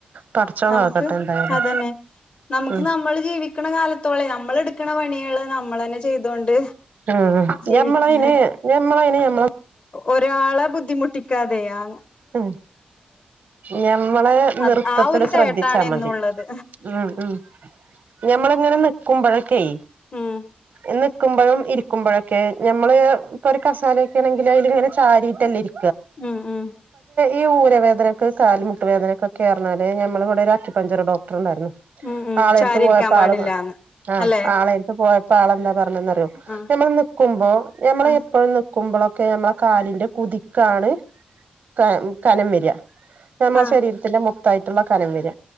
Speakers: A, on the right; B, on the left.
A: പടച്ചോൻ
B: നമ്മുക്ക്
A: കാക്കട്ടെ എന്തായാലും
B: അതന്നെ നമുക്ക്
A: ഉം
B: നമ്മള് ജീവി ക്കണ കാലത്തോളെ നമ്മളെടുക്കണ പണികള് നമ്മളന്നെ ചെയ്തോണ്ട്
A: ആ
B: ജീവിക്ക
A: ഞമ്മളങ്ങനെ ഞമ്മളങ്ങനെയല്ല
B: ഒരാളെ ബുദ്ധിമുട്ടിക്കാതെയാ
A: ഉം ഞമ്മള്
B: അത്
A: നിറുത്തത്തില്
B: ആ ഒരു
A: ശ്രദ്ധിച്ചാ
B: തേട്ടാണ്
A: മതി
B: എന്നുള്ളത്
A: ഉം ഉം ഞമ്മളെങ്ങനെ നി കുമ്പഴൊക്കെയേ
B: ഉം
A: എങ്ങ നിക്കുമ്പോഴും ഇരിക്കുമ്പോഴൊക്കെ ഞമ്മള് ഒരു കസേര ഇരിക്കണെങ്കിലതിലിങ്ങനെ ചാരിട്ടല്ലേ ഇരി
B: ഉം ഉം
A: ഈ ഊരവേദനക്ക് കാൽമുട്ട് വേദനക്കൊക്കെ പറഞ്ഞാല് ഞമ്മളിബടെ ഒരു അക്കിപഞ്ചർ ഡോക്ടറുണ്ടായിരുന്നു
B: ഉം ഉം
A: ആളെടുത്ത്
B: ചാരിരിക്കാൻ
A: പോയപ്പോ
B: പാടില്ലാന്ന്
A: ആള് ആ
B: അല്ലെ
A: ആളെടുത്ത് പോയപ്പോ ആളെന്താ പറഞ്ഞെന്നറിയോ
B: ആ
A: ഞമ്മള് നിക്കുമ്പോ ഞമ്മള്
B: ആ
A: എപ്പോഴും നിക് കുമ്പളൊക്കെഅമ്മ കാലിന്റെ കുതി കാണ് ക കനം വരുക ഞമ്മളെ
B: ആ
A: ശരീരത്തിന്റെ മു ത്തായിട്ടുള്ള കലം വിര